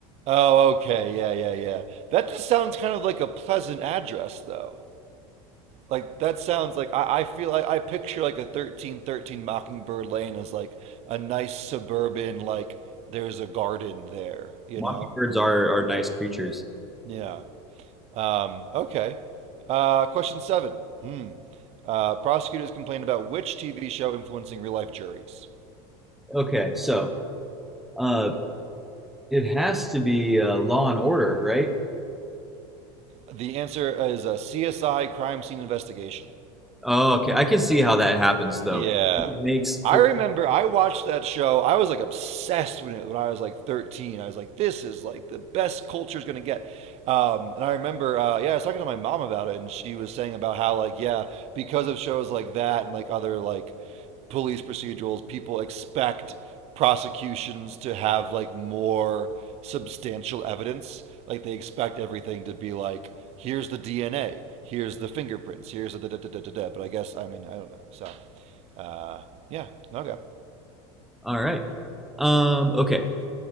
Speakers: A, on the right; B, in the centre.
A: Oh, okay. Yeah, yeah, yeah. That just sounds kind of like a pleasant address, though. like that sounds like I, I feel like I picture like a thirteen thirteen Mockingbird Lane as like a nice suburban like there's a garden there, you
B: mockingbirds
A: know?
B: are are nice creatures.
A: Yeah. Um, okay. Uh, question seven. Hmm. Uh, prosecutors complained about which TV show influencing real life juries.
B: Okay, so uh, it has to be uh, Law and Order, right?
A: The answer is a CSI crime scene investigation.
B: Oh, okay. I can see how that happens though.
A: Yeah.
B: It makes
A: I
B: for
A: remember I watched that show. I was like obsessed with it when I was like 13. I was like, this is like the best culture's going to get. Um, and I remember, uh, yeah, I was talking to my mom about it, and she was saying about how, like, yeah, because of shows like that and like other like police procedurals, people expect prosecutions to have like more substantial evidence. Like, they expect everything to be like, here's the DNA, here's the fingerprints, here's the da da da da da. da. But I guess, I mean, I don't know. So. Uh, yeah, no go.
B: All right. Um, okay.